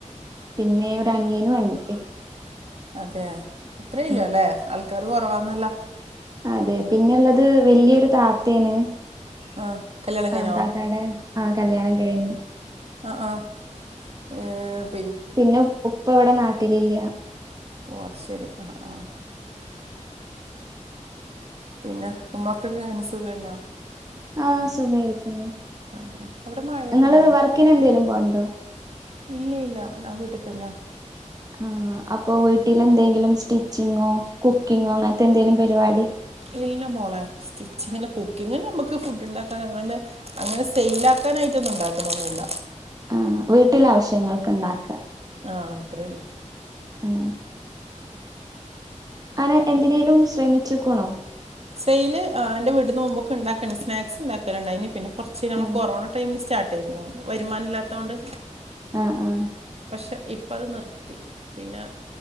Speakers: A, on the right; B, on the right.
A: പിന്നെ ഒരനിയനും അനിയത്തിം.
B: അതെ അത്രല്ലല്ലേ
A: ആ
B: ആൾക്കാര് കൊറവാന്നല്ലോ?
A: അതെ പിന്നെള്ളത് വെല്ല്യൊരു താത്തേണ്.
B: ആ കല്യാണം കഴിഞ്ഞോ
A: ആ താത്താടെ ആ കല്യാണം കഴിഞ്ഞു.
B: ആഹ് ആഹാ എം.
A: പിന്നെ ഉ ഉപ്പവടെ നാട്ടിലില്ല്യാ.
B: ഓ അത് ശെരി ആഹ് ആഹ്. പിന്നെ ഉമ്മക്കൊക്കെങ്ങനെ സുഖന്നോ?
A: ആഹ് സുഖായിരിക്കുന്നു
B: അതെ അവിടെ മഴയുണ്ടോ
A: നിങ്ങള് വർക്കിനെന്തേലും പോവ്ണ്ടോ?
B: ഇല്ല്യല്ല്യ ഞൻ വീട്ടിതന്ന.
A: ആ അപ്പൊ വീട്ടിലെന്തേങ്കിലും സ്റ്റിച്ചിങ്ങോ കുക്കിങ്ങോ അങ്ങൻത്തെന്തെങ്കിലും പരിപാടി
B: ഇല്ല മോളെ സ്റ്റിച്ചിങ്ങല്ല കുക്കിംങ്ങന്നെ നമ്മക്ക് ഫുഡ് ണ്ടാക്കാനാണ്. അങ്ങനെ സെയ്ലാക്കാനായിട്ടൊ ന്നും ഇണ്ടാക്കലൊന്നുല്ല.
A: ആ വീട്ടിലാവശ്യങ്ങൾക്ക് ഇണ്ടാക്കാ.
B: ആഹ് അത്രള്ളൂ.
A: മ്. അനൻ എന്തിനേലും ശ്രമിച്ച് ക്ക്ണോ?
B: സെയ്ല് ആ എന്റെ വീടിന്ന് മുമ്പൊക്ക ഇണ്ടാക്കണ്ട് സ്നാക്സ് ഇണ്ടാക്കല്ണ്ടായ്നീ പിന്നെ കൊർച്ച് നമ്മള്
A: ആ
B: കൊറോണ ടൈമിൽ സ്റ്റാർട്ടെയ്ര്ന്ന വരുമാനം ഇല്ലാത്തോണ്ട്
A: ആഹ് ആഹ്.
B: പക്ഷെ ഇപ്പ അത് നിർത്തി പിന്നെ